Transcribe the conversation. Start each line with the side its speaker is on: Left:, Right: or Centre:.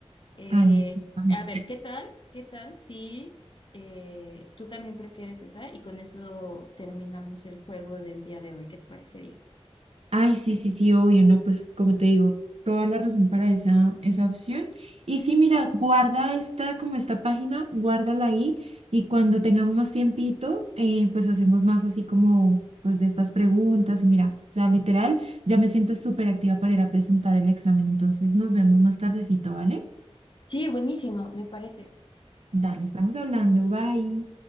Left: Eh,
Right: Ah, no, también.
Left: a ver, ¿qué tal? ¿Qué tal si eh, tú también prefieres esa? Y con eso terminamos el juego del día de hoy. ¿Qué te parecería?
Right: Ay, sí, sí, sí, obvio, no, pues como te digo, toda la razón para esa, esa opción. Y sí, mira, guarda esta, como esta página, guárdala ahí y cuando tengamos más tiempito, eh, pues hacemos más así como, pues de estas preguntas y mira, o sea, literal, ya me siento súper activa para ir a presentar el examen, entonces nos vemos más tardecito, ¿vale?
Left: Sí, buenísimo, me parece.
Right: Dale, estamos hablando, bye.